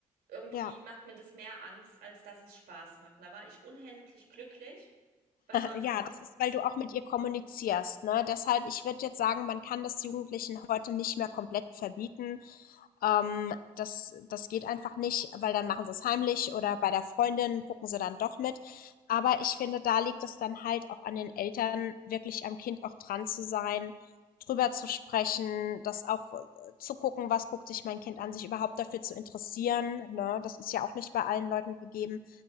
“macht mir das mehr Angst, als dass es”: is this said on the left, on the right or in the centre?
Right